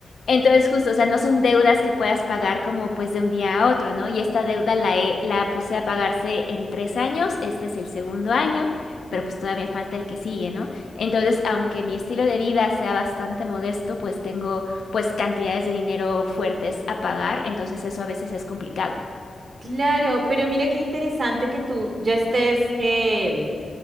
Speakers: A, on the left; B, on the right.
A: Entonces, justo, o sea, no son deudas que puedas pagar como pues de un día a otro, ¿no? Y esta deuda la, he- la puse a pagarse en tres años, este es el segundo año, pero
B: Mm.
A: pues todavía falta el que sigue, ¿no? Entonces, aunque mi estilo de vida sea bastante modesto, pues tengo pues cantidades de dinero fuertes a pagar, entonces eso a veces es complicado.
B: Claro, pero mira qué interesante que tú ya estés em,